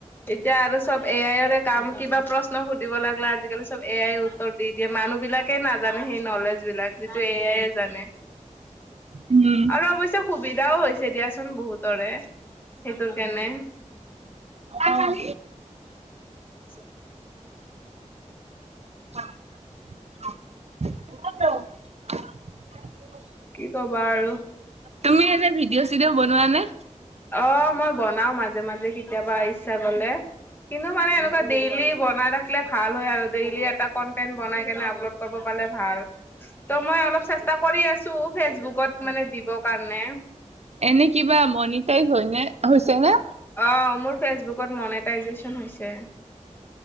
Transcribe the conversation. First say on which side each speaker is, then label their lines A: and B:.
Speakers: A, on the left; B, on the right.
A: এতিয়া আৰু চব এ আইৰে কাম কিবা প্ৰশ্ন সুধিব লাগিলা আজিকালি চব এ আই দি দিয়ে মানুহ বিলাকে নাজানে সেই নলেজ বিলাক যিটো এ আই জানে।
B: উম
A: আৰু অৱশ্যে সুবিধাও হৈছে দিয়াচোন বহুতৰে সেইটোৰ কাৰণে।
B: অহ
A: <inaudible>
B: <inaudible>
A: কি কবা আৰু।
B: তুমি এনে ভিডিঅ, চিডিঅ বনোৱা নে।
A: অ, মই বনাও মাজে, মাজে কেতিয়াবা ইচ্ছা গলে। কিন্তু মানে এনেকুৱা ডেইলি বনাই থাকিলে ভাল হয় আৰু ডেইলি এটা কনটেন্ট বনাই কিনে আপলোড কৰিব পালে ভাল। ত মই অলপ চেষ্টা কৰি আছো ফেচবুকত মানে দিব কাৰণে।
B: এনে কিবা মনিটাইজ হয়, নে, হৈছে, নে।
A: অ, মোৰ ফেচবুকত মনেটাইজেচন হৈছে।